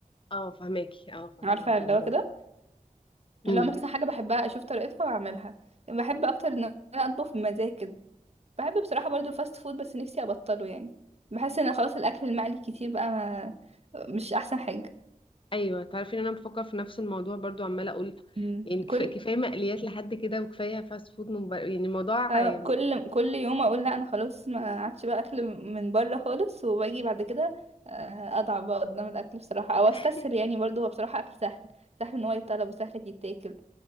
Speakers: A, on the left; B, on the right.
A: اه فهماكي اه فاهمة
B: عارفه
A: الموضوع
B: اللي هو كده
A: ده امم
B: اللي هو مثلا حاجه بحبها اشوف طريقتها واعملها بحب اكتر ان انا اطبخ بمزاج كده بحب بصراحه برضو الفاست فود بس نفسي ابطله يعني بحس ان خلاص الاكل المقلي كتير بقى ما مش احسن حاجه
A: ايوه تعرفي ان انا بفكر في نفس الموضوع برضو عماله اقول
B: مم.
A: يعني كفا-
B: كل
A: كفايه مقليات لحد كده وكفايه فاست فود من بره يعني الموضوع
B: اه
A: آم،
B: كل كل يوم اقول لا انا خلاص ما عادش بقى اكل من بره خالص وباجي بعد كده آه، اضعف بقى قدام الاكل بصراحه او استسهل
A: <laughs>
B: يعني برضو هو بصراحه اكل سهل سهل ان هو يتطلب وسهل يتاكل